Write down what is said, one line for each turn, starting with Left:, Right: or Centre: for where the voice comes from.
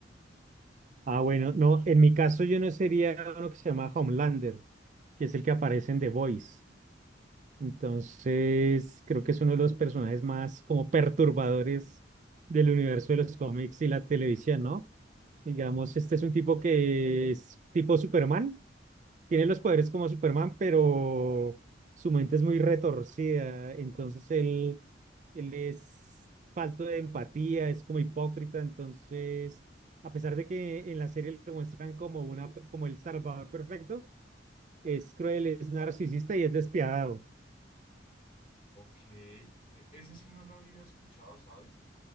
Right: Ah, bueno, no, en mi caso yo no sería uno que se llama Homelander, que es el que aparece en The Voice. Entonces, creo que es uno de los personajes más como perturbadores del universo de los cómics y la televisión, ¿no? Digamos, este es un tipo que es tipo Superman, tiene los poderes como Superman, pero su mente es muy retorcida, entonces él, él es falto de empatía, es como hipócrita, entonces, a pesar de que en la serie lo muestran como una, como el salvador perfecto, es cruel, es narcisista y es despiadado.
Left: Ok. E- ese sí no lo había escuchado, ¿sabes?